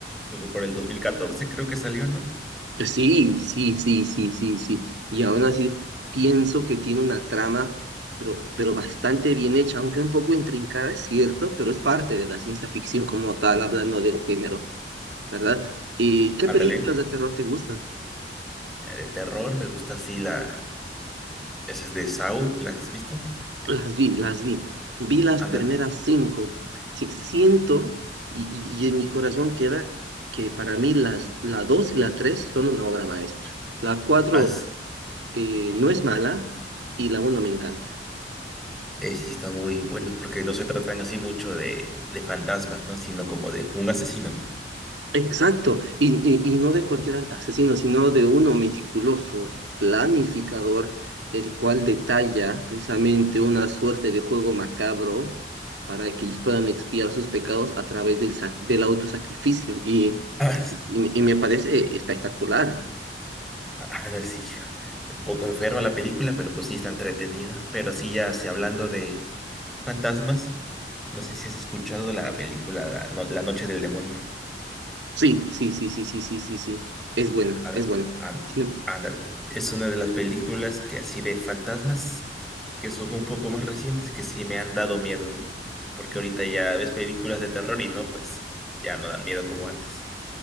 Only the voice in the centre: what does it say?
fue por el dos mil catorce creo que salió, ¿no?
Ándale.
Eh, De terror, me gusta así la. esas de Saw, ¿las has visto?
Ándale.
Haz-
eh, sí, está muy bueno, porque no se tratan así mucho de, de fantasmas, ¿no? Sino como de un asesino, ¿no?
<laughs> Ah, s-
ah, no, sí. Un poco enferma la película, pero pues sí está entretenida. Pero sí, ya sí, hablando de fantasmas, no sé si has escuchado la película La, No- La Noche del Demonio.
Ándale,
án-
ándale. Es una de las películas que así de fantasmas que son un poco más recientes que sí me han dado miedo, ¿no? Porque ahorita ya ves películas de terror y no, pues ya no dan miedo como antes.